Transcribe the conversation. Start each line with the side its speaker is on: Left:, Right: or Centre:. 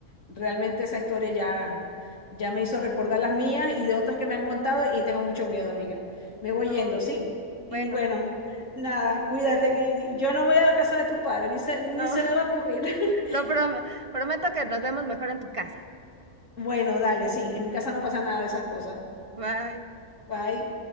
Left: realmente esa historia ya, ya me hizo recordar las mías y de otras que me han contado y tengo mucho miedo, amiga. Me voy
Right: "Oh,
Left: yendo, ¿sí? Y
Right: bueno,
Left: bueno, <laughs> nada, cuídate,
Right: cuídate.
Left: que y yo no voy a la casa de tus padres, ni se, ni
Right: No,
Left: se
Right: <laughs>
Left: me va a ocurrir. <laughs>
Right: lo prom- prometo que nos vemos mejor en tu casa.
Left: Bueno, dale, sí, en mi casa no pasa nada de esas cosas.
Right: Bye.
Left: Bye.